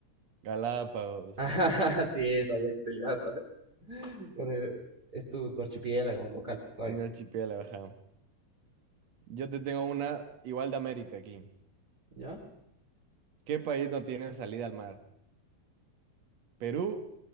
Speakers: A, on the right; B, on the right.
A: Galápagos.
B: Ah, sí,
A: <laughs>
B: sabía
A: Ajá.
B: que te lo ibas a Eh, Es tu, tu archipiélago local, está bien.
A: Un archipiélago, ajá. Yo te tengo una igual de América aquí.
B: ¿Ya?
A: ¿Qué país no tiene salida al mar? ¿Perú,